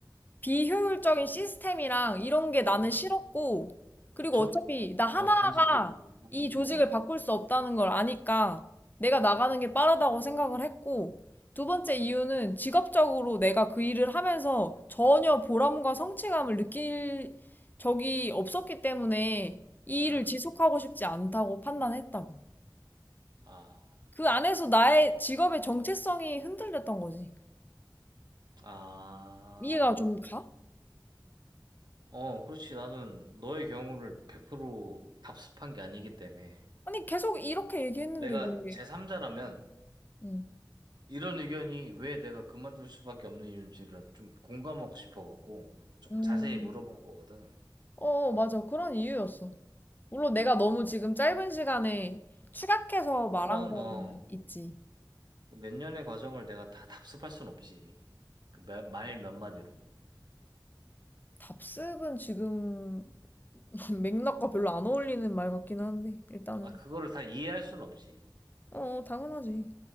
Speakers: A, on the left; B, on the right.
A: 비효율적인 시스템이랑 이런 게 나는
B: 음,
A: 싫었고, 그리고
B: 저,
A: 어차피 나 하나가
B: 어, 단지 그,
A: 이 조직을
B: 어,
A: 바꿀 수 없다는 걸 아니까 내가 나가는 게 빠르다고 생각을 했고, 두 번째 이유는 직업적으로 내가 그 일을 하면서 전혀 보람과 성취감을 느낄 적이 없었기 때문에 이 일을
B: 음,
A: 지속하고 싶지 않다고 판단했다고.
B: 아,
A: 그 안에서 나의 직업의 정체성이 흔들렸던 거지.
B: 아,
A: 이해가 좀 가?
B: 어, 그렇지. 나는 너의 경우를 100% 답습한 게 아니기 때문에
A: 아니, 계속 이렇게 얘기했는데
B: 내가
A: 왜?
B: 제3자라면
A: 응.
B: 이런 의견이 왜 내가 그만둘 수밖에 없는 이유인지를 좀 공감하고 싶어갖고 조금
A: 음.
B: 자세히 물어본 거거든.
A: 어, 맞아. 그런 이유였어. 물론 내가 너무 지금 짧은 시간에 추각해서
B: 어,
A: 말한
B: 그럼,
A: 거는
B: 어.
A: 있지.
B: 몇 년의 과정을 내가 다 답습할 순 없지. 말 몇 마디로.
A: 답습은 지금 <laughs> 맥락과 별로 안 어울리는 말 같긴 한데, 일단은.
B: 아, 그거를 다 이해할 순 없지.
A: 어, 당연하지.